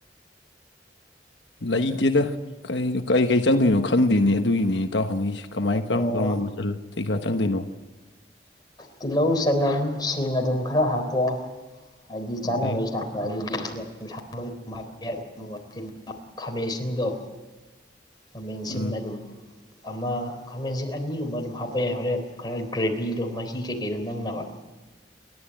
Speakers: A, on the left; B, on the left.
A: ꯂꯩꯇꯦꯗ ꯀꯩ ꯀꯩ ꯆꯪꯗꯣꯏꯅꯣ ꯈꯪꯗꯦꯅ° ꯑꯗꯨꯒꯤꯅꯤ ꯏꯇꯥꯎ ꯍꯪꯉꯛꯏꯁꯦ ꯀꯃꯥꯏꯟ ꯀꯔꯝ
B: ꯑꯣ
A: ꯀꯔꯝꯕ ꯃꯆꯜ ꯀꯩꯀꯥ ꯆꯪꯗꯣꯏꯅꯣ
B: ꯇꯤꯜꯍꯧ ꯆꯅꯝ ꯁꯤꯡ ꯑꯗꯨꯝ ꯈꯔ ꯍꯥꯞꯄꯣ ꯍꯥꯏꯗꯤ ꯆꯥꯅꯕꯩꯆꯥꯡ
A: ꯑꯗꯩ
B: ꯌꯥꯔꯒꯗꯤ ꯑꯗꯨꯒ <unintelligible> <unintelligible> ꯈꯥꯃꯦꯟꯁꯤꯟꯗꯣ ꯈꯥꯃꯦꯟꯁꯤꯟ
A: ꯎꯝ
B: ꯑꯗꯨꯝ ꯑꯃ ꯈꯥꯃꯦꯟꯁꯤꯟ ꯑꯅꯤꯒꯨꯝꯕ ꯑꯗꯨꯝ ꯍꯥꯞꯄ ꯌꯥꯏ ꯍꯣꯔꯦꯟ ꯈꯔ ꯒ꯭ꯔꯦꯚꯤꯗꯣ ꯃꯍꯤ ꯀꯩ ꯀꯩꯗꯣ ꯅꯪꯅꯕ